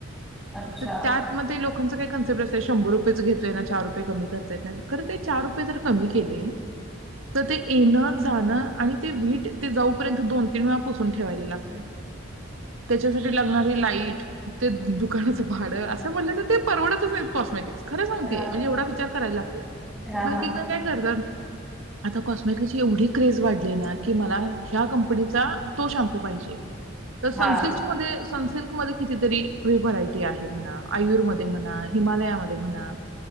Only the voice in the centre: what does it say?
अच्छा
हा
हा
हा
हा